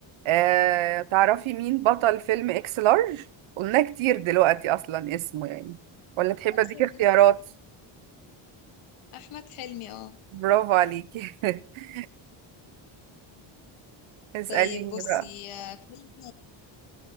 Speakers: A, on the right; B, on the left.
A: آه، تعرفي مين بطل فيلم اكس لارج قلنا كتير دلوقتي اصلا اسمه يعني ولا تحبي
B: أحمد
A: اديك
B: حلمي
A: اختيارات
B: أحمد حلمي اه
A: برافو عليكي <laughs> اسأليني
B: طيب بصي
A: بقى
B: آه، فيلم